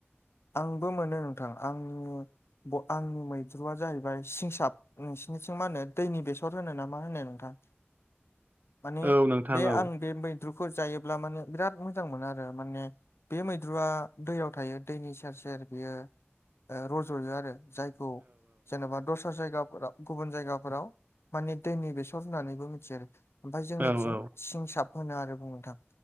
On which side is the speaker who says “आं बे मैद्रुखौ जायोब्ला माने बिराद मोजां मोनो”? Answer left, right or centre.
Left